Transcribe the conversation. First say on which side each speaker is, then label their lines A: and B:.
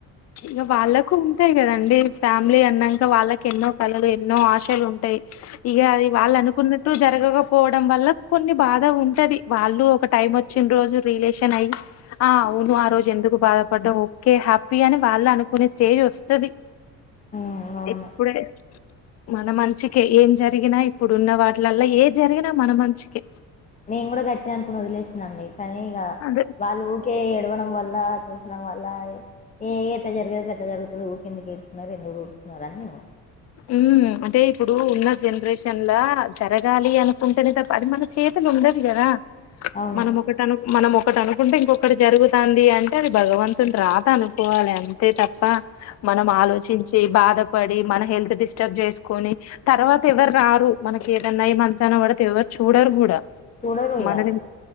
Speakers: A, on the left; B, on the left.
A: ఇక వాళ్ళకు ఉంటాయి కదండి ఫ్యామిలీ అన్నాక వాళ్ళకి ఎన్నో కలలు ఎన్నో ఆశలు ఉంటాయి ఇక అది వాళ్ళు అనుకున్నట్టు జరగక పోవడం వల్ల కొన్ని బాధ ఉంటది వాళ్ళు ఒక టైం వచ్చిన రోజు రియలేషన్ అయి ఆ అవును ఆ రోజు ఎందుకు బాధపడ్డం ఓకే హ్యాపీ అని వాళ్ళు అనుకునే స్టేజ్ వస్తది
B: ఉమ్ అవును
A: ఇప్పుడే మన మంచికే ఏం జరిగినా ఇప్పుడున్న వాటిలల్లా ఏది జరిగినా మన మంచికే
B: నేను కూడా గట్టినా అనుకుని వదిలేసినాండి కానీ ఇక
A: అదే
B: వాళ్ళు ఊకే ఏడవ వల్ల చూసడం వల్ల ఏ ఎట్లా జరిగేద అట్ల జరుగుతుది ఊరికె ఎందుకేడుస్తున్నారు ఎందుకేడుస్తున్నారు అ...
A: ఉ అంటే ఇప్పుడు ఉన్న జనరేషన్ లా జరగాలి అనుకుంటేనే తప్ప అది మన చేతలు ఉ ఉండది కదా
B: అవును
A: మనం ఒకట అను మనము ఒకటి అనుకుంటే ఇంకొకటి జరుగుతాంది అంటే అది భగవంతుని రాత అనుకోవాలి అంతే తప్ప మనం ఆలోచించే బ పడి మన హెల్త్ డిస్టర్బ్ చేసుకొని తర్వాత ఎవరు రారు మనకి ఏదన్నా అయి మంచానా పడితే ఎవర్ చూడరు గూడా
B: చూడరు ఇగ
A: మనది